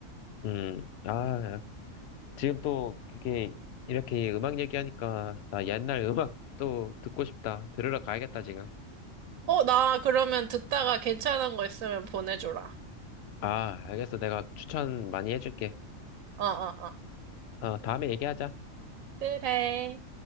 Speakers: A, on the left; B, on the right.
A: 음, 아, 지금 또 그게 이렇게 음악 얘기하니까 나 옛날 음악 또 듣고 싶다. 들으러 가야겠다, 지금.
B: 어, 나 그러면 듣다가 괜찮은 거 있으면 보내줘라.
A: 아, 알겠어. 내가 추천 많이 해줄게.
B: 어, 어, 어.
A: 어, 다음에 얘기하자.
B: 그래.